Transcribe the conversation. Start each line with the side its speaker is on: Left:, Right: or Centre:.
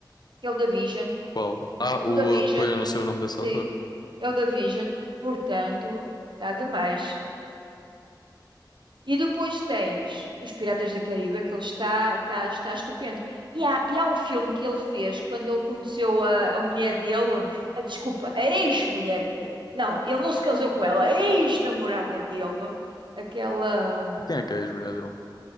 Right: que é o da Vision.
Left: Qual? Ah, o.
Right: O da Vision.
Left: uh, pois eu não sei o nome desse
Right: Sim.
Left: ator.
Right: É o da Vision. Portanto, está demais. E depois tens Os Piratas da Caribe, que ele está, está, está estupendo. E há, e há um filme que ele fez quando ele conheceu a, a mulher dele. Ah, Desculpa, a ex-mulher dele. Não, ele não se casou com ela. A ex-namorada dele. Aquela.
Left: Quem é que é a ex-mulher dele? O